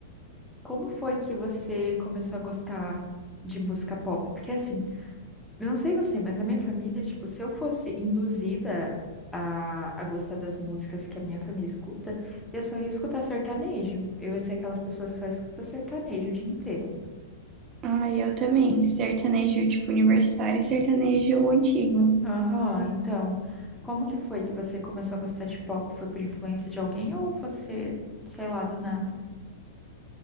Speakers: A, in the centre; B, on the right (about 30°).
A: como foi que você começou a gostar de música pop? Porque assim. Eu não sei você, mas na minha família, tipo, se eu fosse induzida a, a gostar das músicas que a minha família escuta, eu só ia escutar sertanejo. Eu ia ser aquelas pessoas que só escuta sertanejo o dia inteiro.
B: Ah, eu também. Sertanejo, tipo, universitário e sertanejo antigo.
A: Aham, então, como que foi que você começou a gostar de pop? Foi por influência de alguém ou você, sei lá, do nada?